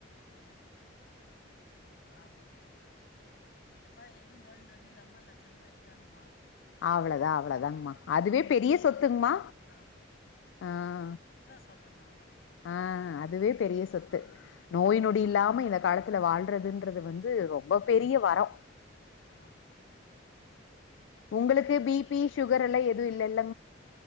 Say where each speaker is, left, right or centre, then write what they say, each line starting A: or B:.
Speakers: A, on the left; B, on the left.
A: ஆமா ஆமா ஆமா எல்லாம் இதுவும் நோய் நொடி இல்லாம லட்சணமா இருக்காங்கம்மா
B: அவ்ளதா அவ்ளோதாங்கமா அதுவே பெரிய சொத்து த்துங்கமா
A: ஆமா
B: ஆஹ
A: அத அதா சொல்றே நானு
B: ஆஹ அதுவே பெரிய சொத்து நோய் நொடி இல்லாம இத இந்த காலத்துல வாழ்றதுன்றது வந்து ரொம்ப பெரிய வரம்
A: ஆமா
B: உங்களுக்கு
A: நோய் நொடி
B: பி பி சுகர் எல்லாம் எது இன்னும் இல்ல இல்ல